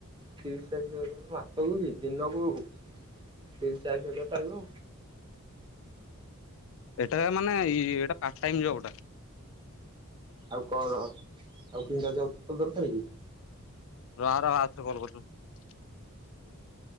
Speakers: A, on the right; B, on the left.
A: ତିରିଶ ତାରିଖ ମାସକୁ କି ଦିନକୁ ତିରିଶ ଚାଳିଶ ହଜାର ପାଇବୁ ଆଉ
B: ଏଇଟା ମାନେ ଇ-ଏଟା ପାର୍ଟ ଟାଇମ ଯବ ଟା
A: ଆଉ କଣ ଆଉ କେମିତିକା ଯବ ତୁର ଦରକାର କି‌‌
B: ର ଆର-ଆର ଥରେ କଲ କରୁଛି